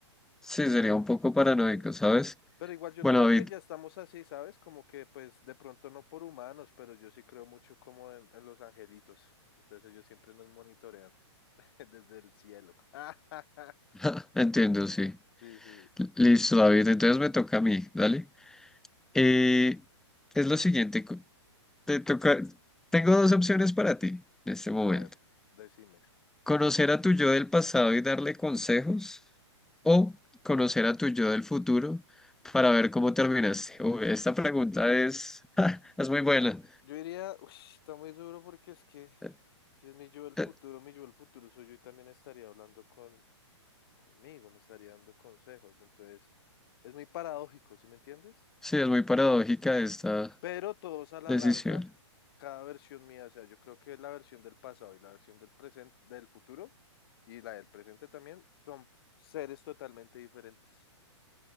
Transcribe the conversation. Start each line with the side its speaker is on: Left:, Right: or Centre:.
Centre: Sí, sería un poco paranoico,
Left: Eh,
Centre: ¿sabes?
Left: Pero igual yo
Centre: Bueno,
Left: creo
Centre: David,
Left: que ya estamos así, ¿sabes? Como que pues de pronto no por humanos, pero yo sí creo mucho como en, en los angelitos. Entonces ellos siempre nos monitorean <laughs> desde el cielo. <laughs>
Centre: <laughs> entiendo, sí.
Left: Sí, sí.
Centre: L- Listo, David, entonces me toca a mí, dale. Eh, es lo siguiente, cu- te toca, tengo dos opciones para ti en este momento.
Left: A ver, decime.
Centre: ¿Conocer a tu yo del pasado y darle consejos? ¿O conocer a tu yo del futuro para ver cómo terminaste? Uy, esta pregunta es, <laughs> es muy buena.
Left: Yo diría, uy, está muy duro porque es que
Centre: Eh,
Left: si es mi yo del futuro,
Centre: eh,
Left: mi yo del futuro soy yo y también estaría hablando con, conmigo, me estaría dando consejos. Entonces, es muy paradójico, ¿sí me entiendes?
Centre: Sí, es muy paradójica esta
Left: Pero todos a la
Centre: decisión.
Left: larga, cada versión mía, o sea, yo creo que la versión del pasado y la versión del presente, del futuro y la del presente también son seres totalmente diferentes.